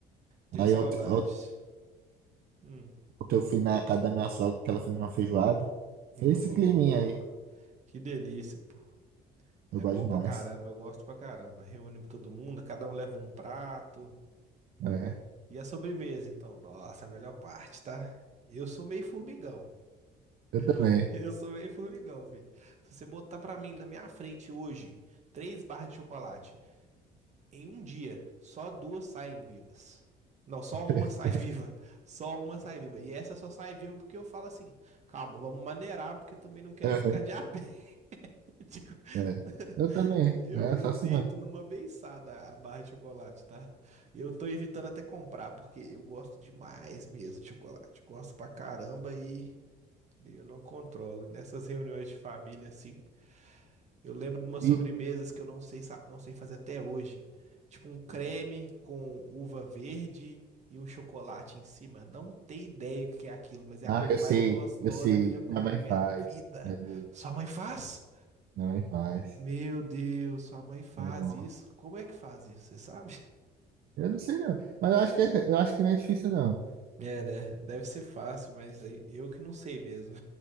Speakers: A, on the right (about 45°); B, on the right (about 65°).
A: Tenho
B: Aí
A: saudades.
B: ontem, ontem
A: Hum.
B: eu fui na casa da minha sogra, que ela fez uma feijoada. Foi
A: Nó,
B: esse climinha aí.
A: que delícia, pô.
B: Eu
A: É
B: gosto
A: bom
B: demais.
A: pra caramba, eu gosto pra caramba. Reúne todo mundo, cada um leva um prato.
B: É, é.
A: E a sobremesa, então? Nossa, a melhor parte, tá? Eu sou meio formigão.
B: Eu também.
A: <laughs> Eu sou meio formigão, filho. Se você botar pra mim na minha frente hoje três barras de chocolate, em um dia, só duas saem vivas. Não, só
B: <laughs>
A: uma <laughs> sai viva. Só uma sai viva. E essa só sai viva porque eu falo assim: calma, vamos maneirar, porque eu também não quero
B: Aham,
A: ficar diabético. <laughs>
B: é. Eu também.
A: Eu,
B: É
A: eu
B: só
A: deito
B: assim mesmo.
A: numa beiçada a barra de chocolate, tá? Eu tô evitando até comprar, porque eu gosto demais mesmo de chocolate. Gosto pra caramba e eu não controlo. Nessas reuniões de família, assim, eu lembro de umas
B: E,
A: sobremesas que eu não sei, sa- não sei fazer até hoje. Tipo um creme com uva verde e um chocolate em cima. Não tenho ideia o que é aquilo, mas é a
B: ah,
A: coisa
B: eu
A: mais
B: sei,
A: gostosa
B: eu sei.
A: que eu já comi
B: Minha mãe
A: na minha
B: faz.
A: vida.
B: É boa.
A: Sua mãe faz?
B: Minha mãe faz.
A: Meu Deus, sua mãe faz
B: É bom.
A: isso? Como é que faz isso? Você sabe?
B: Eu não sei não. Mas eu acho que, eu acho que não é difícil não.
A: É, né? Deve ser fácil, mas aí eu que não sei mesmo.